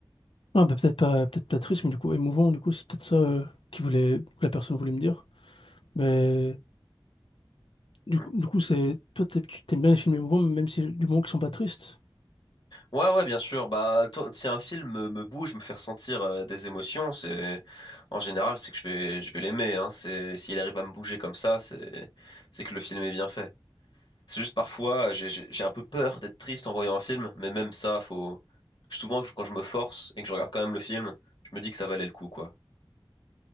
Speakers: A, on the left (about 85°); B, on the left (about 60°).
A: Ah, bah, peut-être pas, peut-être pas triste, mais du coup, émouvant, du coup, c'est peut-être ça euh, qui voulait, que la personne voulait me dire. Mais du
B: Mm.
A: coup, du coup, c'est, toi, t'aimes tu- t'aimes bien les films émouvants, même si du moment qu'ils sont pas tristes.
B: Ouais, ouais, bien sûr. Bah, to- si un film me, me bouge, me fait ressentir euh, des émotions, c'est en général, c'est que je vais, je vais l'aimer. Hein. C'est s'il arrive à me bouger comme ça, c'est, c'est que le film est bien fait. C'est juste parfois, euh, j'ai, j'ai j'ai un peu peur d'être triste en voyant un film, mais même ça, faut. Souvent, je- quand je me force et que je regarde quand même le film, je me dis que ça valait le coup, quoi.